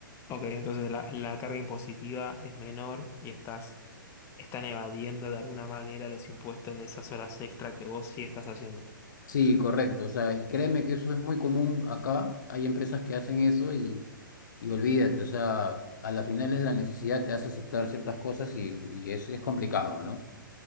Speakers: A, on the left; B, on the left.
A: Ok, entonces la, la carga impositiva es menor y estás, están evadiendo de alguna manera los impuestos de esas horas extra que vos sí estás haciendo.
B: Sí, correcto. O sea, y créeme que eso es muy común acá. Hay empresas que hacen eso y, y olvídate. O sea, a la final es la necesidad, te hace aceptar ciertas cosas y, y es, es complicado, ¿no?